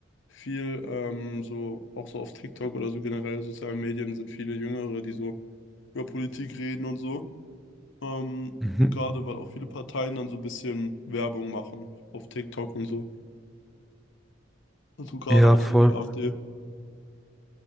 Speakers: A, on the left; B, in the centre.
A: viel, ähm, so, auch so auf TikTok oder so generell sozialen Medien sind viele Jüngere, die so über Politik reden und so. Ähm,
B: Mhm.
A: gerade weil auch viele Parteien dann so ein bisschen Werbung machen auf TikTok und so. Also gerade
B: Ja,
A: auch
B: voll.
A: so die Ja. AfD.